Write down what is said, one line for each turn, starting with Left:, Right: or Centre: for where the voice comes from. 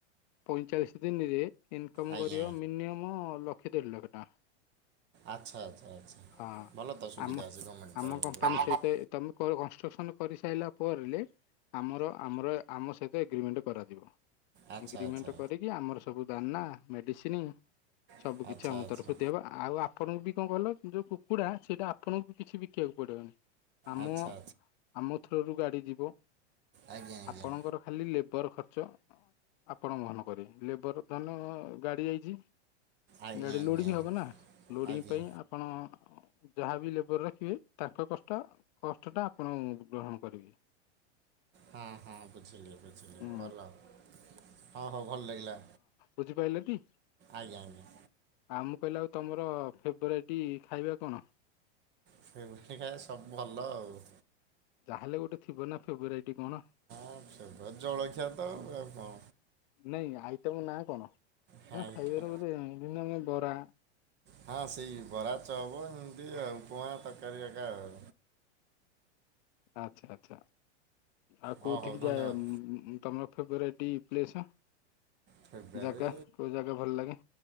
Left: ପଇଁଚାଳିଶ ଦିନିରେ ଇନକମ
Right: ଆଜ୍ଞା
Left: କରିବ ମିନିୟମ୍, ଲକ୍ଷେ ଦେଢ଼ ଲକ୍ଷ ଟଙ୍କା।
Right: ଆଚ୍ଛା, ଆଚ୍ଛା, ଆଚ୍ଛା।
Left: ହଁ
Right: ଭଲ ତ ସୁୁବିଧା
Left: ଆମ
Right: ଅଛି ଗମେଣ୍ଟ
Left: ଆମ
Right: ତରଫରୁ।
Left: କମ୍ପାନୀ ସହିତ ତମେ କରିବ କନଷ୍ଟ୍ରକ୍ସନ କରିସାଇଲା ପରଲେ, ଆମର ଆମର ଆମ ସହିତ ଏଗ୍ରିମେଣ୍ଟ କରାଯିବ।
Right: ଆଚ୍ଛା
Left: ଏଗ୍ରିମେଣ୍ଟ
Right: ଆଚ୍ଛା
Left: କରିକି ଆମର ସ ସବୁ ଦାନା, ମେଡିସିନି, ସବୁ
Right: ଆଚ୍ଛା
Left: କିଛି ଆମ
Right: ଆଚ୍ଛା ଆଚ୍ଛା
Left: ତରଫରୁ ଦିଆହବ ଆଉ ଆପଣଙ୍କୁ ବି କଣ ଭଲ ଯୋଉ କୁକୁଡ଼ା, ସେଇଟା ଆପଣଙ୍କୁ ବି କିଛି ବିକିବାକୁ ପଡ଼ିବନି। ଆମ
Right: ଆଚ୍ଛା
Left: ଆମ ଥ୍ରୋରୁ ଗାଡ଼ି ଯିବ,
Right: ଆଜ୍ଞା ଆଜ୍ଞା
Left: ଆପଣଙ୍କର ଖାଲି ଲେବର ଖର୍ଚ୍ଚ ଆପଣ ବହନ କରିବେ। ଲେବର ଧରି ନିଅ ଗାଡ଼ି ଯାଇଛି
Right: ଆଜ୍ଞା
Left: ଗାଡି
Right: ଆଜ୍ଞା
Left: ଲୋଡିଙ୍ଗ ହବ ନା, ଲୋଡିଙ୍ଗ
Right: ଆଜ୍ଞା
Left: ପାଇଁ ଆପ ଆପଣ ଯାହାବି ଲେବର ରଖିବେ, ତାକ କଷ୍ଟ, କଷ୍ଟଟା ଆପଣ ଗ୍ରହଣ କରିବେ।
Right: ହଁ, ହଁ, ବୁଝିଲି, ବୁଝିଲି,
Left: ହୁଁ
Right: ଭଲ। ହଁ ହଉ ଭଲ ଲାଗିଲା।
Left: ବୁଝିପାଇଲ ଟି?
Right: ଆଜ୍ଞା ଆଜ୍ଞା।
Left: ଆଉ ମୁଁ କହିଲି ଆଉ ତମର, ଫେବରାଇଟ୍ ଖାଇବା କଣ?
Right: ଫେବରାଇଟ୍ ଖାଇଆ ସବୁ ଭଲ ଆଉ।
Left: ଯାହାହେଲେ ଗୋଟେ ଥିବ ନା ଫେବରାଇଟି କଣ?
Right: ହଁ, ସେ ବା ଜଳଖିଆ ତଉ ଆଉ କଣ?
Left: ନାଇଁ ଆଇଟମ ନାଁ କଣ?
Right: ଖାଇଥା
Left: ନା ଖାଇବାର ଗୋଟେ ମିନମ ବରା
Right: ହଁ ସେଇ ବରା, ଚପ୍ ଏମତି ଆଉ ବଆ ତରକାରୀ ଏକା ଆଉ।
Left: ଆଚ୍ଛା ଆଚ୍ଛା। ଆଉ
Right: ହଁ
Left: କୋଉଠିକି
Right: ହଉ ଧନ୍ୟବାଦ
Left: ଯାଏ ଉମ୍ ତମର ଫେବରାଇଟି ପ୍ଲେସ।
Right: ଫେବୃଆରୀ
Left: ଜାଗା, କୋଉ ଜାଗା ଭଲ ଲାଗେ?